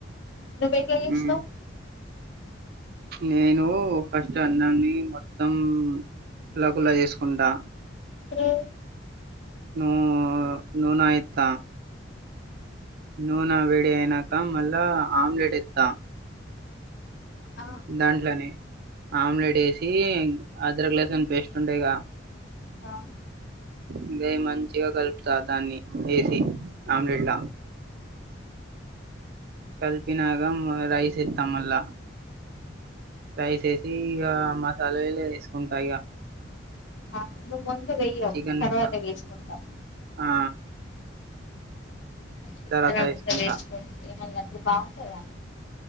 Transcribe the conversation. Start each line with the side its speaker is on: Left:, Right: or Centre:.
Left: నువెట్ల చేస్న్నావ్
Right: మ్మ్ నేను ఫస్ట్ అన్నాన్ని మొత్తం కుల్లా కుల్లా చేసుకుంటా
Left: అఓ
Right: నూ నూన ఏత్త నూనె వెేడి అయినాక మళ్ళా ఆమ్లేట్ ఏత్త
Left: ఆ ఆ
Right: దాంట్లోనే ఆమ్లెట్ ఏసి అదరక లసన్ పేస్ట్ ఉంటాయిగా
Left: ఆ
Right: ఇంగా మంచిగా కలుపుతా దాన్ని వేసి ఆమ్లెట్లా కలిపినాక రైస్ ఏస్తా మళ్ళా రైస్ ఏసి ఇగమసాలాలేసుకుంటా ఇగ
Left: ఆ నువ్ ముందు వే్యవ్
Right: చికెన్
Left: తర్వాత
Right: మసాలా
Left: వేసుకుంటావ్
Right: ఆ
Left: చిత్తనంత
Right: తర్వాత వేసుకుంటా
Left: వేసుకోని ఏమ అట్లు బాగుంటుందా